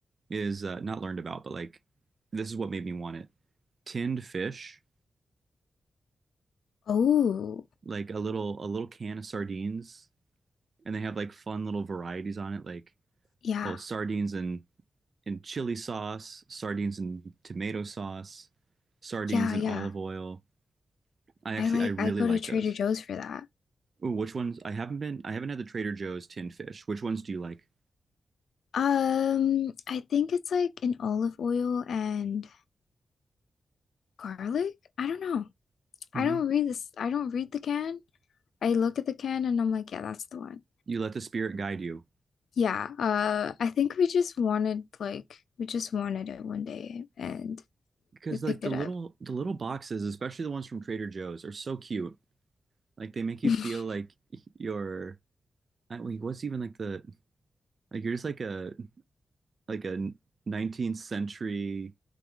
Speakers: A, on the right; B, on the left.
A: is uh, not learned about, but like this is what made me want it. Tinned fish,
B: Oh,
A: like a little a little can of sardines, and they have like fun little varieties on it, like
B: yeah,
A: oh, sardines and in chili sauce, sardines and tomato sauce, sardines
B: yeah,
A: and
B: yeah.
A: olive oil. I actually
B: I like,
A: I really
B: I go
A: like
B: to Trader
A: those.
B: Joe's for that.
A: Ooh, which ones? I haven't been I haven't had the Trader Joe's tin fish. Which ones do you like?
B: Um, I think it's like an olive oil and garlic. I don't know.
A: hmm
B: I don't read this. I don't read the can. I look at the can and I'm like, yeah, that's the one.
A: You let the spirit guide you.
B: Yeah. Uh, I think we just wanted like we just wanted it one day and
A: Because
B: we picked
A: like the
B: it
A: little
B: up.
A: the little boxes, especially the ones from Trader Joe's, are so cute. Like they make you
B: <laughs>
A: feel like you're I, wait, what's even like the like you're just like a like a 19th century